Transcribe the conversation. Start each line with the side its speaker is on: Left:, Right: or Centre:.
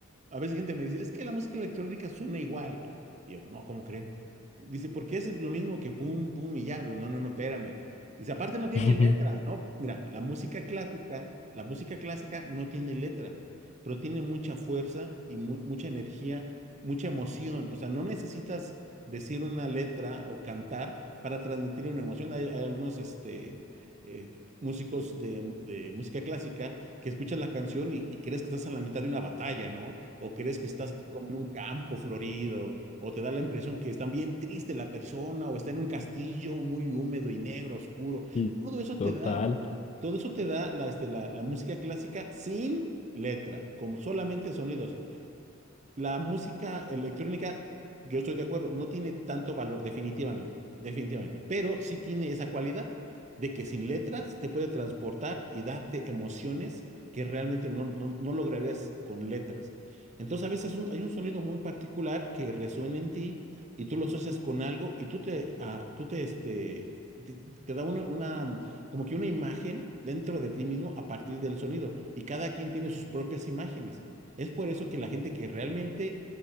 Right: a veces gente me dice, es que la música electrónica suena igual. Y yo, no, ¿cómo creen? Dice, porque es lo mismo que pum, pum y ya. Lo, no, no, no, espérame. Dice, aparte no tiene
Left: <laughs>
Right: letra, ¿no? Mira, la música clásica, la música clásica no tiene letra, pero tiene mucha fuerza y mu- mucha energía, mucha emoción. O sea, no necesitas decir una letra o cantar para transmitir una emoción. Hay, hay algunos, este, eh, músicos de de música clásica que escuchas la canción y, y crees que estás a la mitad de una batalla, ¿no? O crees que estás así como en un campo florido, o te da la impresión que está bien triste la persona, o está en un castillo muy húmedo y negro, oscuro.
Left: Y
Right: Todo eso te
Left: Total,
Right: da, todo eso te da la, este, la, la música clásica sin letra, como solamente sonidos. La música electrónica, yo estoy de acuerdo, no tiene tanto valor, definitivamente, definitivamente, pero sí tiene esa cualidad de que sin letras te puede transportar y darte emociones que realmente no, no, no lograrías con letras. Entonces a veces un- hay un sonido muy particular que resuena en ti y tú lo asocias con algo y tú te, ah, tú te, este, te, te da una, una, mm, como que una imagen dentro de ti mismo a partir del sonido y cada quien tiene sus propias imágenes. Es por eso que la gente que realmente